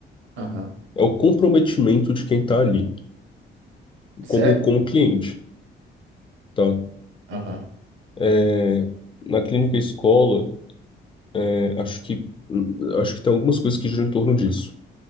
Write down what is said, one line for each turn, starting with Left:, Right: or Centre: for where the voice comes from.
Right: Aham.
Left: é o comprometimento de quem tá ali,
Right: Sério?
Left: como, como cliente, tá?
Right: Aham.
Left: É, Na clínica e escola, é, acho que, acho que tem algumas coisas que giram em torno disso.